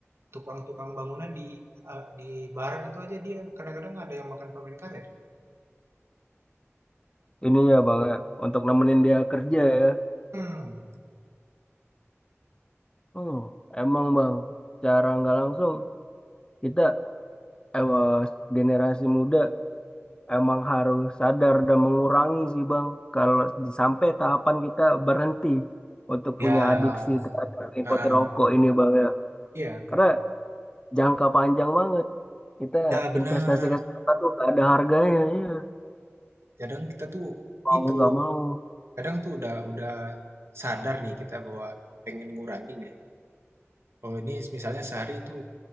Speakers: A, on the right; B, on the left.
A: tukang-tukang bangunan di eh, di barat itu aja dia kadang-kadang ada yang makan permen karet.
B: ini ya Bang ya, untuk nemenin dia kerja ya.
A: Hmm.
B: Oh, emang Bang, cara nggak langsung kita eh, generasi muda Emang harus sadar dan mengurangi sih Bang, kalau di- sampai tahapan kita berhenti untuk
A: Ya,
B: punya adiksi terhadap nikoti
A: ah, ah.
B: rokok ini Bang ya.
A: iya.
B: Karena jangka panjang banget. Kita
A: Ya benar.
B: investasi kesehatan tuh gak ada harganya ya.
A: Kadang kita tuh
B: Mau
A: itu
B: nggak mau.
A: kadang tuh udah udah sadar nih kita bahwa pengen ngurangin ya. Kalau ini misalnya sehari itu